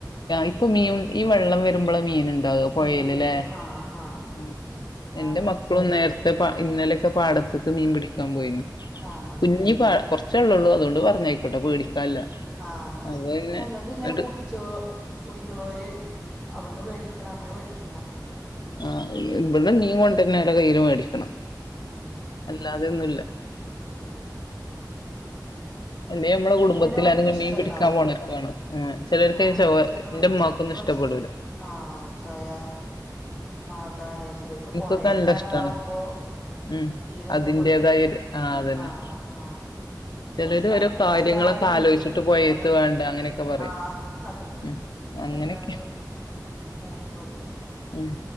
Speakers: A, on the left (about 75°); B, on the right (about 20°).
A: ഇപ്പൊ മീൻ ഈ വെള്ളം വരുമ്പോള മീൻ ഉണ്ടാക
B: മീന്
A: പുഴയില്ല്
B: വരുള്ളൂ
A: ല്ലേ
B: ആഹ് ആഹ്
A: ഉം
B: അല്ലാതെ
A: എന്റെ മക്കളും നേരത്തെ പാ ഇന്നലെക്കെ പാടത്തക്ക്‌ മീൻ പിടിക്കാൻ പോയിന്നു
B: ആഹ്
A: കുഞ്ഞി പ കുറച്ചേള്ളെള്ളൂ അതുകൊണ്ട് പറഞ്ഞായിക്കുട്ടൊ പേടിക്കാല്ല
B: ആഹ് അല്ല
A: അപ്പൊ പിന്നെ
B: ഞങ്ങക്ക് ഇങ്ങനെ
A: ന്നട്ട്
B: പുടി ച്ചു കുടിക്കണോര് അവിടുന്ന് മേടിക്കണം അങ്ങനെ മേടിക്കണ
A: ആഹ് ഇവിടെ മീൻ കൊണ്ടന്നല്ല കയ്യില് മേടിക്കണം
B: ആഹ്
A: അല്ലാതെയൊന്നുല്ല
B: ആഹ്
A: അല്ലെ നമ്മടെ കുടുംബത്തിൽ
B: ചെലോര്ക്ക്
A: ആരെങ്കി
B: ഇഷ്ടണ്ടാവൂല
A: മീൻ പിടിക്കാൻ പോണർക്കാണ് ഉം ചിലവർക്ക്
B: ആഹ്
A: അയിന്റെ ചൊവ
B: ചെലോൽക്ക്
A: എന്റുമ്മക്കൊന്നും ഇഷ്ടപ്പെടുല്ല
B: ഇഷ് ആഹ് സോയാ അതാണ് ചിലർക്ക്
A: ഇൻക്കൊക്കെ
B: പുഴയത്തെ
A: നല്ല
B: അതാവുമ്പോ
A: ഇഷ്ടാണ് ഉം
B: തീരെ ഇഷ്ടപ്പെടൂലല്ലോ
A: അതിന്റേതായ ഒരു അതന്നെ
B: ആഹ് ആഹ്
A: ചിലര്
B: ക്കും ഇഷ്ടാട്ടോ
A: ഓരോ
B: ഇവിടെ
A: കാര്യങ്ങളൊക്കെ
B: എല്ലാരും
A: ആലോചിച്ചിട്ട്
B: കൂട്ടും ഞങ്ങളെ
A: പോയേത്ത്
B: വീട്ടത്ത്
A: വേണ്ട അങ്ങനെയൊക്കെ പറയും
B: ആഹ് അതെ
A: ഉം
B: ഇവിടെ
A: അങ്ങനെയൊക്കെ
B: എല്ലാരും കൂട്ടും
A: ഉം